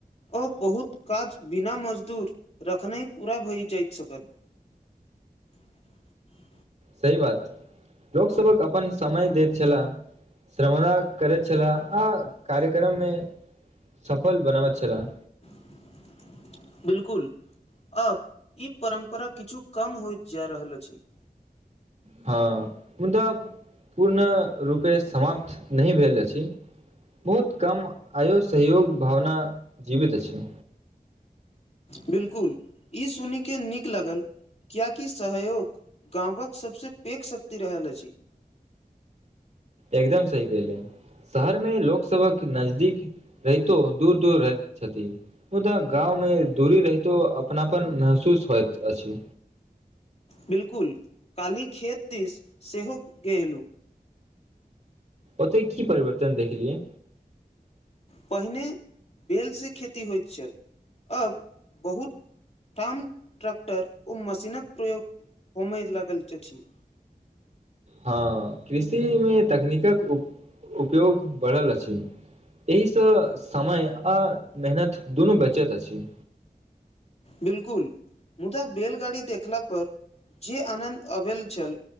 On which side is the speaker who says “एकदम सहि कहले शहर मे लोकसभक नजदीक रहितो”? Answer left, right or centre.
Right